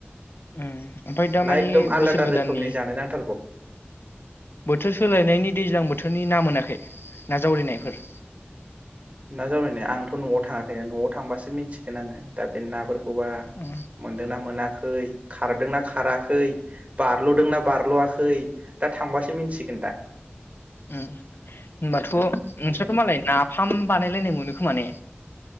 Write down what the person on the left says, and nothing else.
उम ओमफाय दा
मानि
बोसोर गोदाननि
बोथोर सोलायनायनि दैज्लां बो थोरनि ना मोनाखै न जावरिनायफोर।
उम
उम होनबाथ नोंस्राथ
मालाय ना फाम बानायलायनाय मोनो खोमा ने?